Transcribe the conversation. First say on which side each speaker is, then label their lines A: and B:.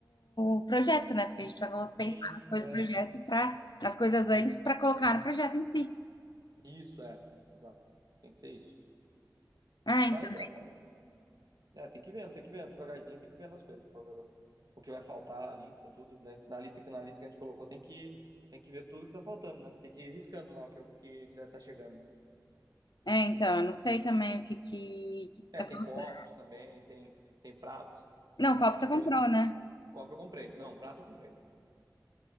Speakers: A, on the left; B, on the right.
A: o projeto, né? Porque a gente precisa colo- pensar
B: sim,
A: nas coisas
B: aham.
A: do projeto pra, nas coisas antes pra colocar no projeto em si.
B: Isso, é. Exato. Tem que ser isso.
A: Ah, então.
B: Mas é. É, tem que ir vendo, tem que ir vendo devagarzinho, tem que ir vendo as coisas, pra ver o que vai faltar, a lista, tudo, né? Na lista que na lista que a gente colocou tem que tem que ver tudo que tá faltando, né? Tem que ir riscando lá o que, é o que, que já tá chegando, né?
A: É, então, eu não sei também o que que, que
B: É,
A: tá faltando.
B: tem copos também, tem tem pratos
A: Não, copo
B: também.
A: você comprou, né?
B: Copo eu comprei. Não, prato eu comprei.